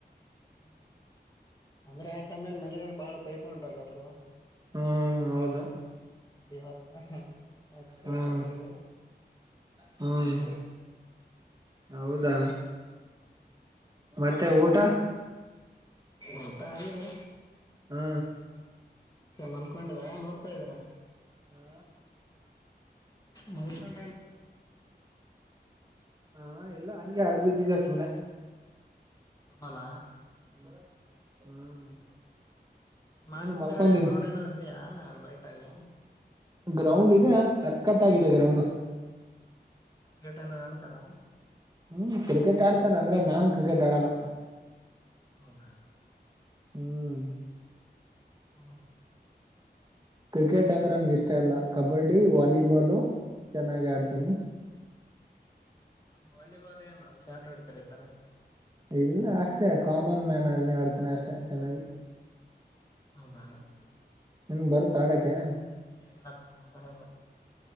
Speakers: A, on the left (about 20°); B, on the right (about 20°).
A: ಹ್ಮ್ <inaudible> ಅಂದ್ರೆ ಆಯ್ತಮ್ಮೇಲೆ ಮ ಬಾಳ ಬೈಕೊಂಡ್ರಲ್ಲಲ್ರು
B: ಹ್ಮ ಹೌದು
A: ಈ ವರ್ಷ ಅದ್ಕ್ಕೆ
B: ಹ್ಮ್
A: ಈ ತರ ಆಗಿದೆ
B: ಹ್ಮ್ ಹೌದಾ ಮತ್ತೆ ಊಟ
A: ಊಟ ಆಗಿದೆ
B: ಹಾ
A: ಮಲ್ಕೊಂಡದ ನೋದ್ತಾ ಇದ್ದೀರಾ
B: ಹಾ
A: ಮಲ್ಕಂಡನನ್
B: ಹಾ ಇಲ್ಲ ಹಂಗೆ ಹಾಡ್ ಬಿದ್ದಿದೆ ಸುಮ್ಮನೆ
A: ತುಂಬಲ
B: ಹ ಹ್ಮ್
A: ಮಸ್
B: ನೀನು
A: ಮುಂದೆಗಾಡೆ
B: ಮಲ್ಕೊಂಡಿ
A: ಗ್ರೌಂಡ್ ಏನಾದ್ರು ಇದೆಯಾ ಲೈಟ್ ಆಗಿ
B: ಗ್ರೌಂಡ್ ಇದೆ ಸಕ್ಕತ್ ಆಗಿದೆ ಗ್ರೌಂಡ್
A: <unintelligible> ಆಡ್ತಾರಾ
B: ಹ್ ಕ್ರಿಕೆಟ್ ಆಡ್ತಾರ್ ಅಂದ್ರೆ ನಾನ್ ಕ್ರಿಕೆಟ್ ಆಡಲ್ಲಾ
A: ಹೌದಾ
B: ಹ್ಮ್
A: ಹಾ
B: ಕ್ರಿಕೆಟ್ ಅಂದ್ರೆ ನನ್ಗ ಇಷ್ಟ ಇಲ್ಲಾ ಕಬಡ್ಡಿ, ವಾಲಿಬಾಲು ಚೆನ್ನಾಗಿ ಆಡ್ತೀನಿ.
A: ವಾಲಿಬಾಲ್ ಏನು ಶಾಟ್ ಹೊಡಿತಾರೆತಾರ
B: ಇಲ್ಲಾ ಅಷ್ಟೇ ಕಾಮನ್ ಮ್ಯಾನ್ ಆಗಿ ಆಡ್ತನೆ ಅಷ್ಟೆ ಚೆನ್ನಾಗಿ.
A: ಹೌದಾ
B: ನಿನಗ ಬರುತ್ ಆಡಕೇ
A: ಏ ಇಲ್ಲಾ <unintelligible> ಬರಲ್ಲಾ